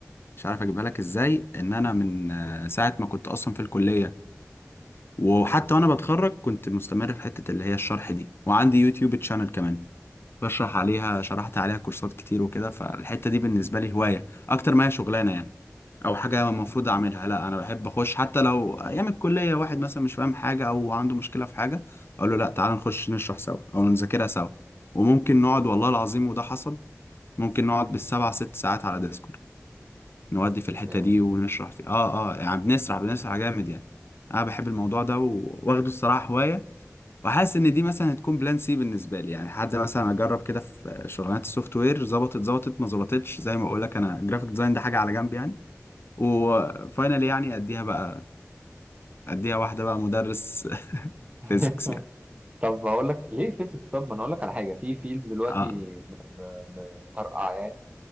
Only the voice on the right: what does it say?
مم.
يعني
<laughs>
طب هقول لك ليه فيزيكس طب ما انا هقول لك على حاجه في فيلد دلوقتي
م- م- م- مطرقع